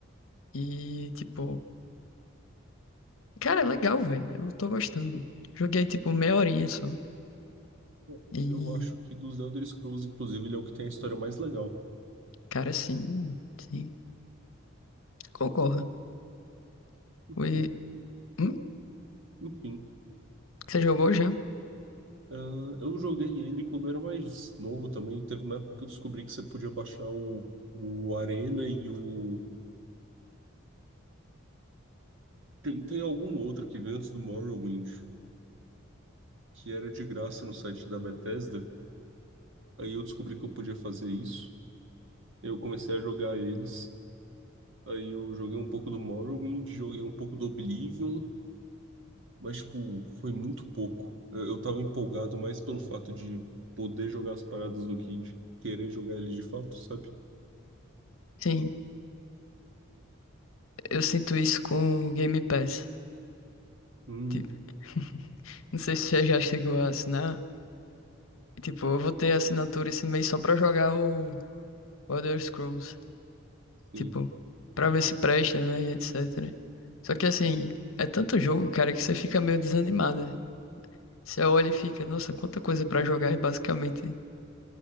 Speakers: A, on the left; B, on the right.
A: E, tipo, cara, é legal, velho. Eu tô gostando. Joguei, tipo, meia horinha só.
B: É,
A: E,
B: Eu acho que dos Elder Scrolls, inclusive, ele é o que tem a história mais legal.
A: cara, sim, sim. Concordo.
B: Enfim,
A: E, hum?
B: enfim.
A: Você jogou já?
B: Ah, eu joguei ele quando eu era mais novo também. Teve uma época que eu descobri que você podia baixar o, o Arena e o. Tem, tem algum outro que veio antes do Morrowind, que era de graça no site da Bethesda. Aí eu descobri que eu podia fazer isso. Eu comecei a jogar eles. Aí eu joguei um pouco do Morrowind, joguei um pouco do Oblivion, mas, tipo, foi muito pouco. Eu, eu tava empolgado mais pelo fato de poder jogar as paradas do que de querer jogar ele de fato, sabe?
A: Sim, eu sinto isso com o Game Pass.
B: Hum,
A: Tipo, <laughs> não sei se você já chegou a assinar. E, tipo, eu vou ter assinatura esse mês só pra jogar o o Elder Scrolls.
B: sim.
A: Tipo, pra ver se presta, né? E etc. Só que assim, é tanto jogo, cara, que você fica meio desanimado. Você olha e fica, nossa, quanta coisa pra jogar e basicamente